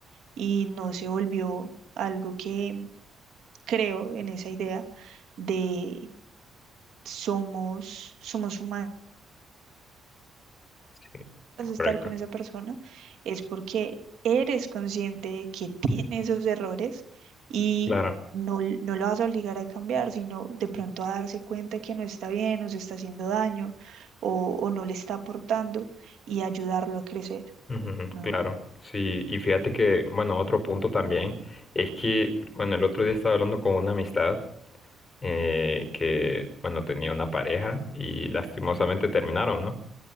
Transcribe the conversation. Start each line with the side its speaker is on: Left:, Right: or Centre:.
Right: Y no se volvió algo que creo en esa idea de somos, somos humanos.
Left: sí,
Right: estar
Left: correcto,
Right: con esa persona es porque eres consciente de que tiene esos errores y
Left: claro,
Right: no, l- no lo vas a obligar a cambiar, sino de pronto a darse cuenta que no está bien o se está haciendo daño o, o no le está aportando y ayudarlo a crecer,
Left: ujú,
Right: ¿no?
Left: claro, sí, y fíjate que, bueno, otro punto también es que, bueno, el otro día estaba hablando con una amistad eh, que, bueno, tenía una pareja y lastimosamente terminaron, ¿no?